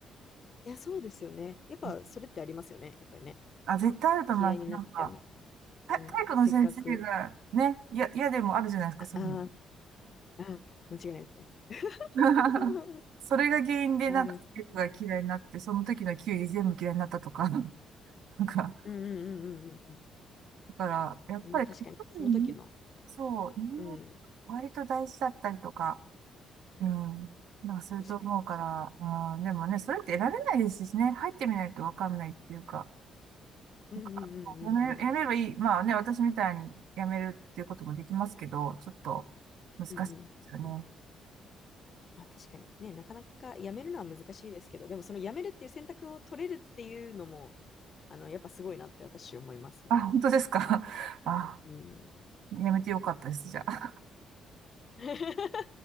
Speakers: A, on the left (about 45°); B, on the right (about 80°).
A: いや、そうですよね。やっぱ、
B: うん
A: それってありますよね。やっぱりね。
B: あ、絶対あると思います。
A: 嫌いになっちゃうみ。
B: なんか、体体育の先生がね、
A: うん、せっかく。
B: いや、嫌でもあるじゃないですか、
A: ああー、
B: そういうの。
A: あー、間違いないですね。<laughs>
B: <laughs> それが原因で、
A: ああ、
B: なんか、
A: でも、
B: 体育が嫌いになって、その時の球技全部嫌いになったとか、<laughs> なんか、
A: うんうんうんうんうん
B: だから、やっぱりかかるね。
A: うん。まあ、確かに、その時の。
B: そう、人間割と大事だったりとか、
A: うん。
B: うん、なんかすると思うから、
A: 確かに、確かに。
B: うん、でもね、それって得られないですしね、入ってみないとわかんないっていうか、
A: うんうんうんうんうん。
B: なんかやめ、やめればいい。まあね、私みたいにやめるっていうこともできますけど、ちょっと難しいですよね。
A: うんうんうん。まあ、確かにね、なかなかやめるのは難しいですけど、でも、そのやめるっていう選択を取れるっていうのも、あの、やっぱすごいなって私思いますね。
B: あ、本当ですか。<laughs> あ、
A: うん。
B: やめてよかったです、じゃあ。
A: <laughs>